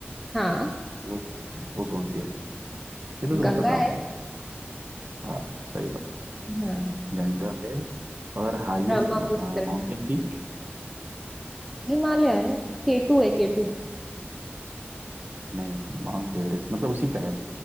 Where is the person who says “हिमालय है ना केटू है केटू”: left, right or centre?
Centre